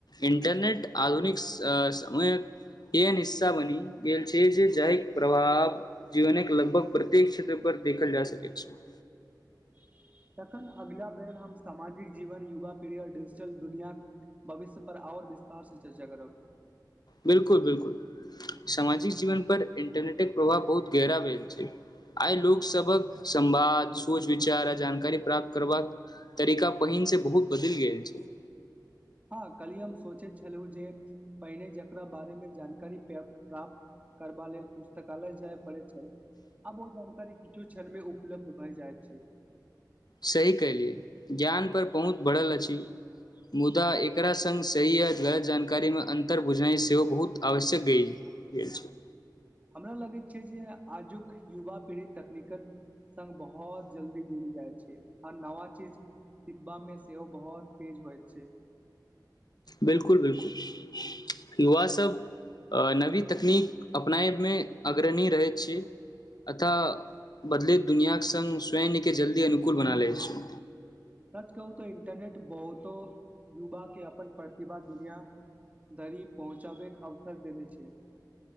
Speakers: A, on the left; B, on the right.
A: इंटरनेट आधुनिक स समय एहेन हिस्सा बनि गेल छै जे जाहि प्रभाव जीवनक लगभग प्रत्येक क्षेत्र पर देखल जा सकैत छै
B: <inaudible> तखन अगिला बेर हम सामाजिक जीवन युवा पीढ़ी आओर डिजिटल दुनियांक भविष्य पर आओर विस्तार से चर्चा करब
A: बिलकुल बिलकुल सामाजिक जीवन पर इंटरनेट प्रभाव बहुत गेहरा भेल छै आइ लोक सबक संवाद सोच विचार आ जानकारी प्राप्त करबाक तरीका पहिल से बहुत बदलि गेल छै
B: <inaudible> हँ कल्हि हम सोचैत छलहुँ जे पहिने जेकरा बारेमे जानकारी प प्राप्त करबा लेल पुस्तकालय जाय परैत छल आब ओ जानकारी किछु क्षणमे उपलब्ध भऽ जाइत छै
A: सही कयलियै ज्ञानपर पहुँच बढ़ल अछि मुदा एकरा संग सही आ गलत जानकारी मे अन्तर बुझनाइ सेहो बहुत आवश्यक गेल छै
B: हमरा लागैत छै जे आजुक युवा पीढ़ी तकनीकल संग बहुत जल्दी जुड़ि जाइत छै आ नवा चीज सिखबामे सेहो बहुत तेज होइत छै
A: बिलकुल बिलकुल युवा सब नवी तकनीक अपनायमे अग्रणी रहैत छी अथवा बदलैत दुनिआके संग स्वयं के जल्दी अनुकूल बना लैत छी
B: सच कहू तऽ इन्टरनेट बहुतो युवा के अपन प्रतिभाक दुनिया धरि पहुँचा बैके अवसर देने छै